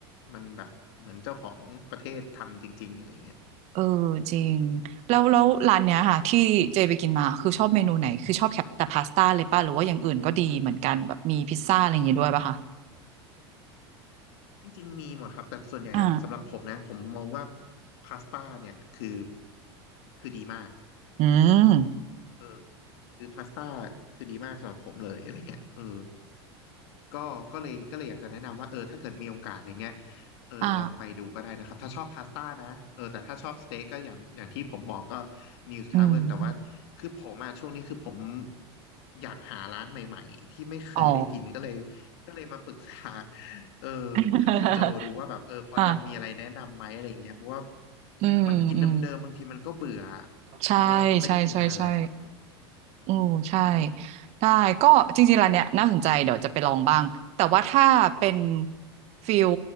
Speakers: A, on the left (about 70°); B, on the right (about 50°).
A: มันแบบเหมือนเจ้าของประเทศทำจริงๆอะไรอย่างเงี้ย
B: เออจริงแล้วแล้วร้านเนี้ยค่ะที่เจไปกินมา คือชอบเมนูไหนคือชอบแค่แต่พาสต้าเลยป่ะหรือว่าอย่างอื่นก็ดีเหมือนกันแบบมีพิซซ่าอะไรอย่างงี้ด้วยป่ะคะ
A: จริงๆ มีหมดครับแต่ส่วนใหญ่อะสำหรับผมนะผมมองว่า
B: อ่า
A: พาสต้าเนี่ยคือคือดีมาก
B: อืม
A: เออ คือพาสต้าคือดีมากสำหรับผมเลยอะไรเงี้ยเออก็ก็เลยก็เลยอยากจะแนะนำว่าเออถ้าเกิดมีโอกาสอะไรเงี้ยเออลองไปดูก็ได้นะครับถ้าชอบพาสต้านะเออแต่ถ้าชอบสเต็กก็อย่างอย่างที่ผมบอกก็
B: อ่า
A: News
B: อืม
A: Tavern แต่ว่าคือผมอะช่วงนี้คือผมอยากหาร้านใหม่ๆที่ไม่เคยได้กินก็เลย
B: อ๋อ
A: ก็เลยมาปรึกษาเออ
B: <laughs>
A: คุณโจดูว่าแบบเออพอจะมีอะไรแนะนำไหมอะไรเงี้ยเพราะว่า
B: อ่ะอืมอืม
A: มันกินเดิมๆบางทีมันก็เบื่อ
B: ใช่ใช่ใช่ใช่
A: แล้วเราก็ไม่ได้กินนานแล้ว
B: อือใช่ได้ก็จริงๆร้านเนี้ยน่าสนใจเดี๋ยวจะไปลองบ้างแต่ว่าถ้าเป็นฟิล